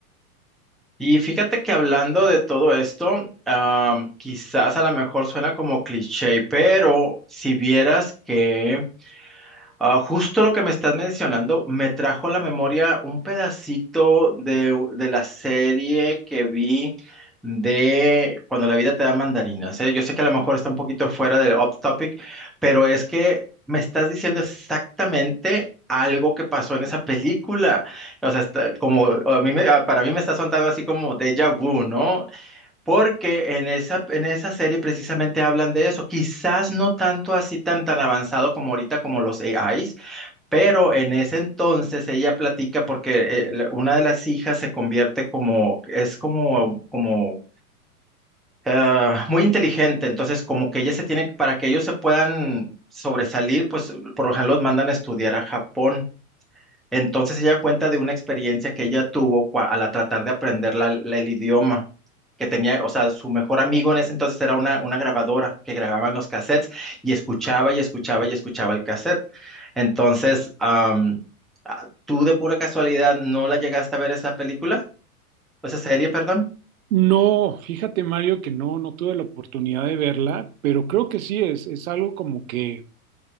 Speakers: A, in the centre; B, on the right (about 65°).
A: Y fíjate que hablando de todo esto, am, quizás a lo mejor suena como cliché, pero si vieras que Ah, justo lo que me estás mencionando me trajo a la memoria un pedacito de, de la serie que vi de Cuando la vida te da mandarinas, ¿eh? Yo sé que a lo mejor está un poquito fuera del off topic, pero es que me estás diciendo exactamente algo que pasó en esa película. O sea, está- como a mí me- ah, para mí me está sonando así como déjà vu, ¿no? Porque en esa, en esa serie precisamente hablan de eso. Quizás no tanto así tan, tan avanzado como ahorita como los AIs, pero en ese entonces ella platica porque eh, la- una de las hijas se convierte como, es como, como ah, muy inteligente, entonces como que ella se tiene, para que ellos se puedan sobresalir, pues por lo general los mandan a estudiar a Japón. Entonces ella cuenta de una experiencia que ella tuvo cua- al a tratar de aprender la- la- el idioma, que tenía, o sea, su mejor amigo en ese entonces era una, una grabadora que grababan los cassettes y escuchaba y escuchaba y escuchaba el cassette. Entonces, am, ah, ¿tú de pura casualidad no la llegaste a ver esa película? Esa serie, perdón.
B: No, fíjate Mario que no, no tuve la oportunidad de verla, pero creo que sí es, es algo como que